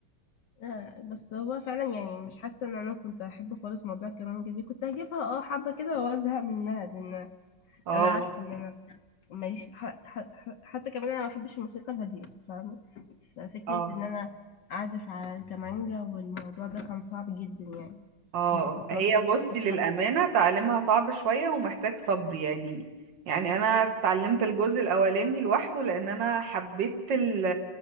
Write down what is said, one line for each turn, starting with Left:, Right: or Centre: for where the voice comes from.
Left: آه، بس هو فعلا يعني مش حاسه ان انا كنت احب خالص موضوع الكمانجه دي كنت هجيبها اه حبه كده وازهق منها لان
Right: اه
Left: انا عارفه ان انا ماليش ح... ح... ح- حتى كمان انا ما بحبش الموسيقى الهاديه فاهمه ففكره
Right: اه
Left: ان انا اعزف على الكمانجا والموضوع ده كان صعب جدا يعني
Right: اه
Left: يعني كان
Right: هي
Left: صعب
Right: بصي
Left: مش
Right: للأمانة
Left: عارفة.
Right: تعلمها صعب شوية ومحتاج صبر يعني يعني أنا اتعلمت الجزء الأولاني لوحده لأن أنا حبيت ال-